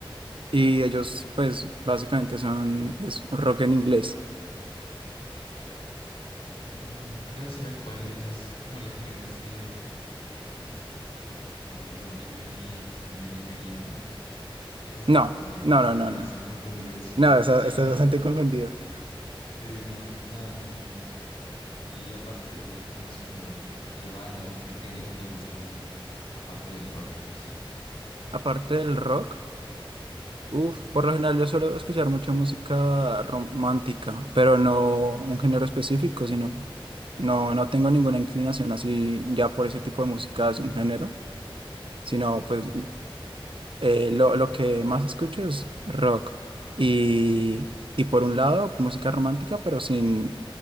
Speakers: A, on the right; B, on the left.
A: y ellos pues básicamente son es rock en inglés.
B: Ah, creo saber cuál es, es como la que dice mm, Bloody Mary, Mary Meriana, ¿es esa?
A: No,
B: O,
A: no, no,
B: o
A: no,
B: no,
A: no.
B: estoy confundido, sí,
A: No, está-
B: sí,
A: estás
B: no,
A: bastante confundido.
B: sí, no, no, no, no. Y aparte de Deftones, como, ¿qué banda o qué género te gusta aparte del rock así?
A: Aparte del rock, uff,
B: Sí.
A: por lo general yo suelo escuchar mucha música romántica, pero no un género específico, sino no, no tengo ninguna inclinación así ya por ese tipo de música es un género, sino
B: Ah,
A: pues
B: ok.
A: eh, lo, lo que más escucho es rock. Y, y por un lado, música romántica, pero sin